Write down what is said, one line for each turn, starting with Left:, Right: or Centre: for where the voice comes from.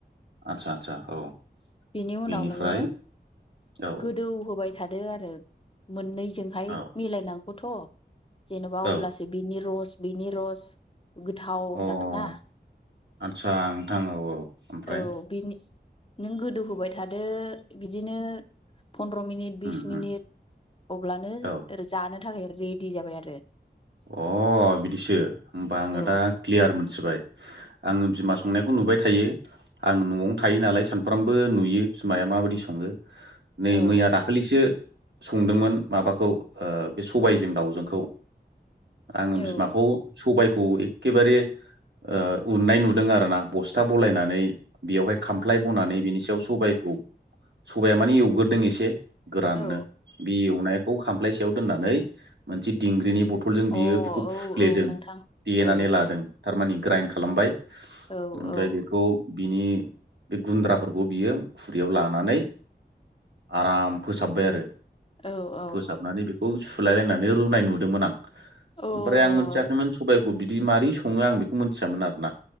Right: आतसा आतसा औ
Left: बेनि उनाव
Right: बेनिफ्राय
Left: नोङो
Right: औ
Left: गोदौ होबाय थादो आरो मोननै जोंहाय
Right: औ
Left: मिलायनांगौथ' जेनेबा अब्लासो
Right: औ
Left: बिनि रस बिनि रस गोथाव
Right: अ
Left: जागोन ना
Right: आदसा नोंथां औ औ ओमफ्राय
Left: औ बेनि नों गोदो होबाय थादो बिदिनो फन्द्र' मिनिट बिस
Right: उम
Left: मिनिट
Right: उम
Left: अब्लानो
Right: औ
Left: जानो थाखाय रेडि जाबाय आरो
Right: अ बिदिसो होमबा आङो
Left: औ
Right: दा क्लियार मोनथिबाय आङो बिमा संनायखौ नुबाय थायो आं न'आवनो थायो नालाय सानफ्रामबो नुयो बिमाया माबायदि सङो नै
Left: औ
Right: मैया दाखालिसो संदोंमोन माबाखौ बे सबायजों दाउजोंखौ। आङो
Left: औ
Right: बिमाखौ सबायखौ खौ एखेबारे ओ उननाय नुदों आर ना बस्था बलायनानै बेवहाय खामफ्लाय बनानै बिनि सायाव सबायाइखौ सबाया माने एवग्रोदों एसे गोराननो
Left: औ
Right: बे एवनायखौ खामफ्लाय सायाव दोननानै मोनसे दिंग्रिनि बथल दटलजों बियो
Left: औ
Right: बेखौ
Left: अ औ
Right: फुफ्लेदों
Left: औ नोंथां
Right: देनानै
Left: औ
Right: लादों थारमानि ग्राइन्ड खालामबाय।
Left: औ
Right: ओमफ्राय
Left: औ।
Right: बेखौ बिनि बे गुन्द्राफोरखौ बियो खुरैयाव लानानै आराम फोसाबबाय आरो।
Left: औ औ
Right: फोसाबनानै बेखौ सुलायलायनानै रुनाय नुदोंमोन आं।
Left: अ औ
Right: ओमफ्राय आं मोनथियाखैमोन सबायखौ बिदि मारोरै सङो आं बेखौ मिथियामोन आरोना।